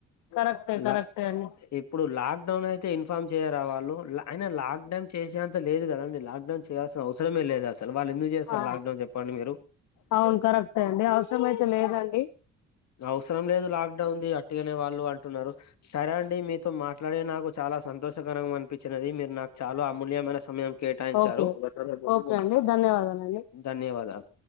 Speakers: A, on the left (about 85°); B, on the left (about 65°).
A: కరెక్టే
B: లా
A: కరెక్టే అండి
B: ఇప్పుడు లాగ్. లాక్డౌన్ అయితే ఇన్ఫార్మ్ చేయరా వాళ్ళు లా అయిన లాక్డౌన్ చేసేంత లేదు కదాండి. లాక్ డౌన్ చేయాల్సిన అవసరమే లేదు అసలు వాళ్ళు ఎందుకు చేస్తారు
A: ఆ
B: లాక్డౌన్ చెప్పండి. మీరు
A: అవును కరెక్టే అండి అవసరం అయితే లేదండి
B: అవసరం లేదు లాక్డౌన్ది అట్టిగానే వాళ్ళు అన్. ఉన్నారు. సరే అండి మీతో మాట్లాడే నాకు చాలా సంతోషకరంగా అనిపించిదాండి. మీరు నాకు చాలా అమూల్యమైన సమయం కేటాయించారు.
A: ఓకే ఓకే ఓకే అండి ధన్యవాదాలండి
B: ధన్యవాదాలు.